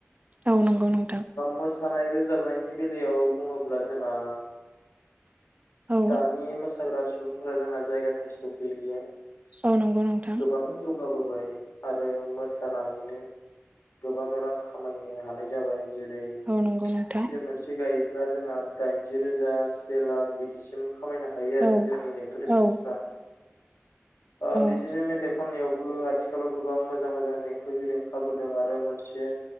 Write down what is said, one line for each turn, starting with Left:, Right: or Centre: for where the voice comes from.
Right: औ नंगौ नंगौ
Left: मोसानाय रोजाबनायनि बेलायाव बुङोब्ला जोंहा
Right: औ
Left: दानि मोसाग्रा सुबुंफोरा जोंहा जायगा थाइसेयाव गैलिया
Right: औ नंगौ नोंथां
Left: गोबां जौगाबोबाय आरो मोसानानैनो गोबां रां खामायनो हानाय जाबाय जेरै
Right: औ नंगौ नोंथां
Left: फिलिम मोनसे गायोब्ला जोंहा दाइनजि रोजा से लाख बिदिसिम खामायनो हायो आरो
Right: औ
Left: जोंनि एक्टर एक्ट्रिसफ्रा
Right: औ
Left: ओ बिदिनो
Right: औ
Left: मेथाइ खननायावबो आथि- आथिखालाव गोबां मोजां मोजां देंखोगिरि ओंखारबोदों आरो मोनसे